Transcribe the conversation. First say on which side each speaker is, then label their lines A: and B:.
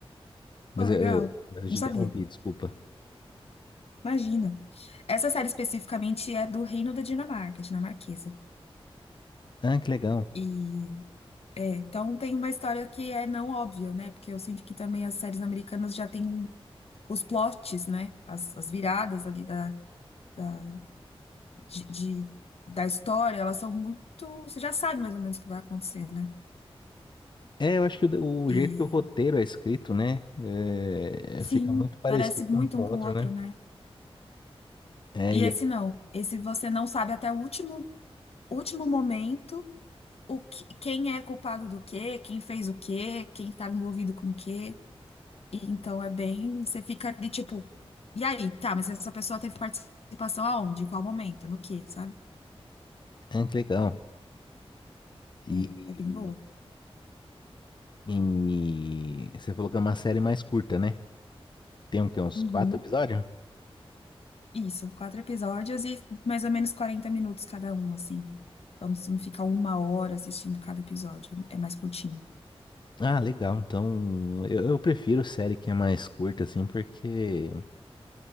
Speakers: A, on the left; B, on the left.
A: Mas
B: pô, legal.
A: eh, eh, mas eu
B: Não
A: te
B: sabia.
A: interrompi, desculpa.
B: Imagina. Essa série especificamente é do Reino da Dinamarca, dinamarquesa.
A: Ah, que legal.
B: E é, então tem uma história que é não óbvia, né? Porque eu sinto que também as séries americanas já têm os plots, né? As, as viradas ali da, da- de, de- da história, elas são muito. Você já sabe mais ou menos o que vai acontecer, né?
A: É, eu acho que o, o
B: E
A: jeito que o roteiro é escrito, né? eh,
B: sim,
A: fica muito parecido
B: parece muito
A: um com
B: um
A: o
B: com
A: outro,
B: o outro,
A: né?
B: né?
A: É,
B: E
A: e,
B: esse
A: é,
B: não. Esse você não sabe até o último, último momento o que, quem é culpado do quê, quem fez o quê, quem estava envolvido com o quê. E, então é bem. Você fica ali tipo. E aí, tá, mas essa pessoa teve participação aonde? Em qual momento? No quê, sabe?
A: ah, que legal. E,
B: É, é bem boa.
A: e você falou que é uma série mais curta, né? Tem o quê? Uns
B: Uhum.
A: quatro episódios?
B: Isso, quatro episódios e mais ou menos 40 minutos cada um, assim. Então, se não ficar uma hora assistindo cada episódio, é mais curtinho.
A: Ah, legal. Então, eu, eu prefiro série que é mais curta, assim, porque